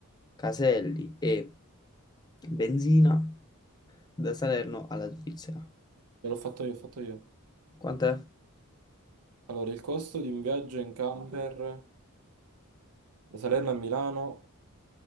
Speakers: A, on the left (about 20°); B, on the right (about 85°).
A: caselli e benzina da Salerno alla Svizzera.
B: Ve l'ho fatto io, ho fatto io.
A: Quanto è?
B: Allora, il costo di un viaggio in camper da Salerno a Milano.